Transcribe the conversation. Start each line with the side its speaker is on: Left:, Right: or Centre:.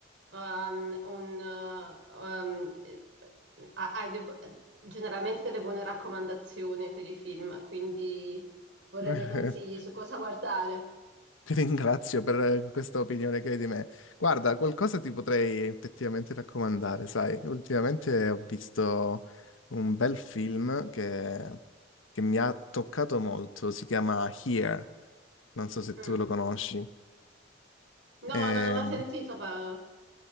Right: um, un... uh, um, eh, eh, hai de- generalmente delle buone raccomandazioni per i film, quindi vorrei
Left: <laughs>
Right: dei consigli su cosa guardare.
Left: Ti ringrazio per questa opinione che hai di me. Guarda, qualcosa ti potrei effettivamente raccomandare, sai? Ultimamente ho visto un bel film che, che mi ha toccato molto, si chiama Here, non so se
Right: Mm.
Left: tu lo conosci.
Right: No,
Left: Eh,
Right: non ho mai sentito. pa-